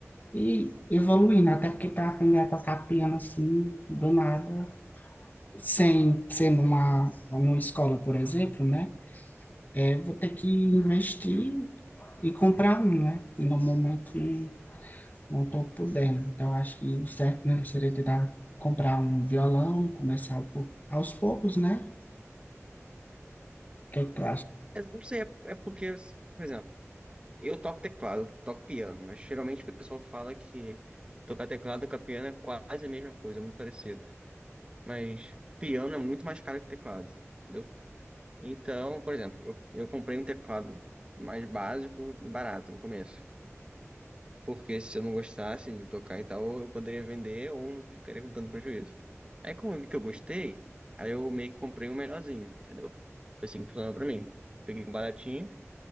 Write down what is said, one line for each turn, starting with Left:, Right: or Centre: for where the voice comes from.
Left: e evoluindo, até porque para aprender a tocar piano assim, do nada, sem ser numa, numa escola, por exemplo, né? É, vou ter que investir e comprar um, né? E no momento não estou podendo. Então, acho que o certo mesmo seria tentar comprar um violão, começar um pouco- aos poucos, né? O que é que tu
Right: Mas Não sei, é é porque, por exemplo. Eu toco teclado, eu toco piano, mas geralmente o pessoal fala que tocar teclado com piano é quase a mesma coisa, é muito parecido. Mas piano é muito mais caro que teclado, entendeu? Então, por exemplo, eu, eu comprei um teclado mais básico e barato no começo. Porque se eu não gostasse de tocar e tal, eu poderia vender ou não ficaria com tanto prejuízo. Aí como eu vi que eu gostei, aí eu meio que comprei um melhorzinho, entendeu? Foi assim que funcionou pra mim. Peguei um baratinho,